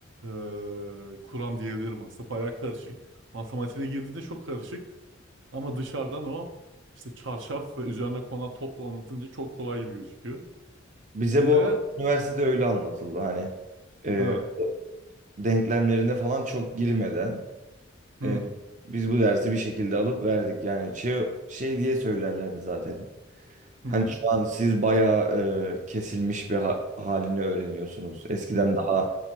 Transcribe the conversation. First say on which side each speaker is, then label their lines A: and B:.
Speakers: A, on the right; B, on the right.
A: eee, kuram diyebilirim aslında. Baya karışık. Matematiğine girdiğinde çok karışık. Ama dışarıdan o işte çarşaf ve üzerine konan topla anlatınca çok kolay gibi gözüküyor.
B: Bize
A: Bir
B: bu
A: de
B: arada üniversitede öyle anlatıldı hani e,
A: ha,
B: o denklemlerine falan çok girmeden
A: hmm,
B: e, biz bu dersi bir şekilde alıp verdik yani şey, şey diye söylerlerdi zaten.
A: hı
B: Hani
A: hı.
B: şu an siz bayağı e, kesilmiş bir ha- halini öğreniyorsunuz. Eskiden daha